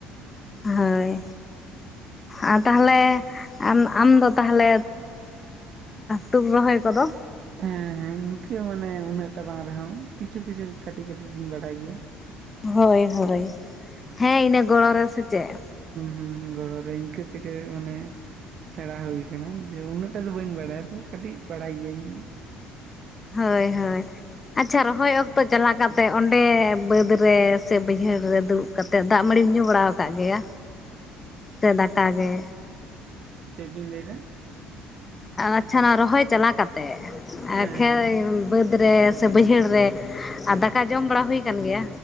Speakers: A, on the left (about 25°); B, on the right (about 55°).
A: ᱦᱳᱭ ᱟᱨ ᱛᱟᱦᱚᱞᱮ ᱟᱢ ᱟᱢᱫᱚ ᱛᱟᱦᱚᱞᱮ ᱛᱩᱫ ᱨᱚᱦᱚᱭ ᱠᱚᱫᱚ
B: ᱦᱮᱸ ᱦᱮᱸ ᱤᱱᱠᱟᱹ ᱢᱟᱱᱮ ᱩᱱᱟᱹᱜ ᱴᱟᱜ ᱵᱟᱝ ᱨᱮᱦᱚᱸ ᱠᱤᱪᱷᱩ ᱠᱤᱪᱷᱩ ᱠᱟᱹᱴᱤᱡ ᱠᱟᱹᱴᱤᱡ ᱧ ᱵᱟᱲᱟᱭ ᱜᱮᱭᱟ
A: ᱦᱳᱭ ᱦᱳᱭ ᱦᱮᱸ ᱤᱱᱟᱹ ᱜᱚᱲᱚ ᱨᱮ ᱥᱮ ᱪᱮᱫ
B: ᱦᱩᱸ ᱦᱩᱸ ᱜᱚᱲᱚ ᱨᱮ ᱤᱱᱠᱟᱹ ᱛᱮᱜᱮ ᱢᱟᱱᱮ ᱥᱮᱬᱟ ᱦᱩᱭ ᱠᱟᱱᱟ ᱡᱮ ᱩᱱᱟᱹᱜ ᱴᱟᱜ ᱫᱚ ᱵᱟᱹᱧ ᱵᱟᱲᱟᱭᱟ ᱛᱚ ᱠᱟᱹᱴᱤᱡ ᱵᱟᱲᱟᱭ ᱜᱤᱭᱟᱹᱤᱧ
A: ᱦᱳᱭ ᱦᱳᱭ ᱟᱪᱪᱷᱟ ᱨᱚᱦᱚᱭ ᱚᱠᱛᱚ ᱪᱟᱞᱟᱣ ᱠᱟᱛᱮ ᱚᱸᱰᱮ ᱵᱟᱹᱫᱽ ᱨᱮ ᱥᱮ ᱵᱟᱹᱭᱦᱟᱹᱲ ᱨᱮ ᱫᱩᱲᱩᱵ ᱠᱟᱛᱮᱫ ᱫᱟᱜ ᱢᱟᱹᱲᱤᱢ ᱧᱩ ᱵᱟᱲᱟ ᱠᱟᱜ ᱜᱮᱭᱟ ᱥᱮ ᱫᱟᱠᱟ ᱜᱮ
B: ᱪᱮᱫ ᱵᱤᱱ ᱞᱟᱹᱭ ᱮᱫᱟ
A: ᱟᱪᱪᱷᱟ ᱱᱚᱣᱟ ᱨᱚᱦᱚᱭ ᱪᱟᱞᱟᱣ ᱠᱟᱛᱮᱫ
B: ᱦᱮᱸ
A: ᱠᱷᱮᱛ
B: ᱦᱮᱸ ᱦᱮᱸ
A: ᱵᱟᱹᱫᱽ ᱨᱮ ᱥᱮ ᱵᱟᱹᱭᱦᱟᱹᱲ ᱨᱮ ᱟ ᱫᱟᱠᱟ ᱡᱚᱢ ᱵᱟᱲᱟ ᱦᱩᱭ ᱠᱟᱱ ᱜᱮᱭᱟ